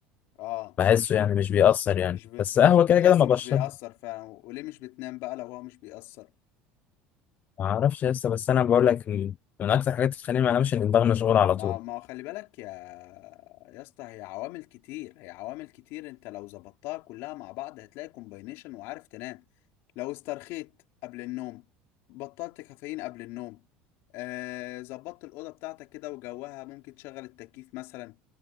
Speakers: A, on the left; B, on the left.
A: اه
B: بحسه يعني مش بيأثر يعني
A: مش بت...
B: بس قهوة
A: مش بتحسه
B: كده كده ما بشرب
A: مش بيأثر فعلا وليه مش بتنام بقى لو هو مش بيأثر
B: ما أعرفش لسه بس أنا بقول لك من من أكتر حاجات بتخليني ما أنامش إن دماغي مشغول على
A: ما
B: طول
A: ما خلي بالك يا يا اسطى هي عوامل كتير هي عوامل كتير انت لو ظبطتها كلها مع بعض هتلاقي كومباينيشن وعارف تنام لو استرخيت قبل النوم بطلت كافيين قبل النوم آه ظبطت الأوضة بتاعتك كده وجوها ممكن تشغل التكييف مثلا